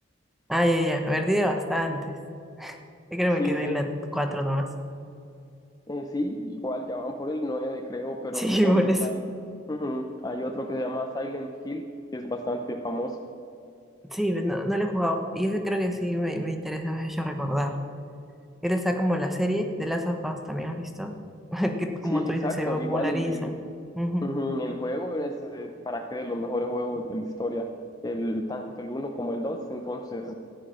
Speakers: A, in the centre; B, on the left.
A: Ah, ya, ya. A ver, tiene bastantes. Yo creo que
B: Sí,
A: me quedé
B: sí,
A: en la 4 nomás.
B: Eh, sí, igual ya van por el 9 creo, pero
A: <laughs> Sí,
B: igual
A: por
B: está
A: eso.
B: ahí. Ujú. Hay otro que se llama Silent Hill, que es bastante famoso.
A: Sí, no, no lo he jugado. Y ese creo que sí me, me interesa, me has hecho recordar. Él está como la serie de Last of Us, ¿también has visto? <laughs> Que como
B: Sí,
A: tú
B: exacto.
A: dices, se popularizan.
B: Igual el, el,
A: Ujú.
B: ujú, el juego es eh, para que de los mejores juegos de la historia, el, tanto el uno como el dos Entonces,